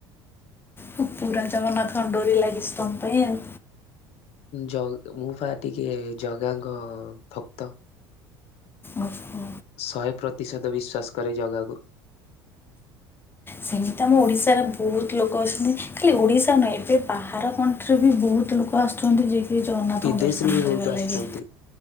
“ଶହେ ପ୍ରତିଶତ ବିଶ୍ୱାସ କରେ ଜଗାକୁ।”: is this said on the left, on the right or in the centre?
Left